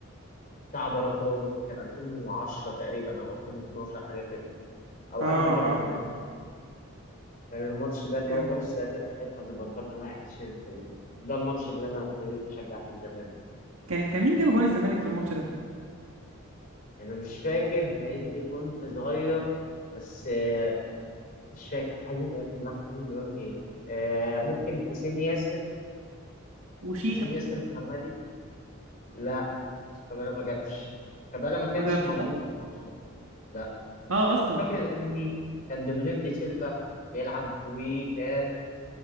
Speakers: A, on the left; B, on the right.
A: بتاع بركات كان 2010 تقريبا او 2012 حاجه كده او
B: اه
A: قبل كده
B: اه
A: كمان كان الماتش ده اللي
B: جامد
A: هو خلص 3 3 اللي بركات قلع التيشيرت و- وده الماتش اللي انا ابتديت اشجع فيه الزمالك
B: كان كان مين جاب جوان الزمالك في الماتش ده
A: يعني انا مش فاكر لاني كنت صغير بس آه، مش فاكر حازم إمام- لا، حازم امام ايه آه، ممكن حسين ياسر
B: وش
A: حسين ياسر محمدي لا شيكابالا ما جاتش شيكابالا ما كانش
B: ما جابش
A: موجود
B: صح
A: في الماتش ده لا
B: اه اصلا
A: انا فاكر الاهلي كان دومينيك دي سيلفا بيلعب وكان